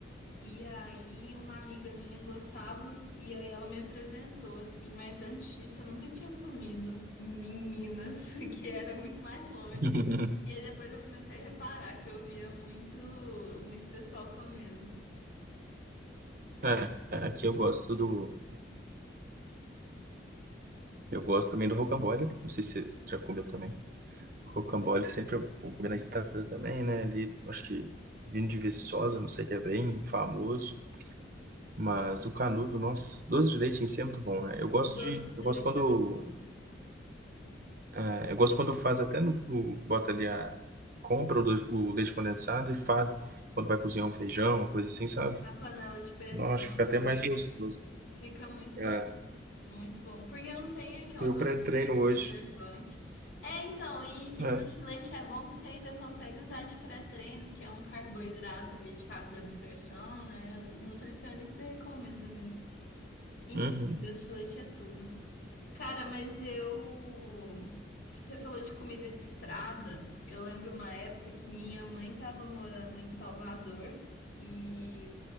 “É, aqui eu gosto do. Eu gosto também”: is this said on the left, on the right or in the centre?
Right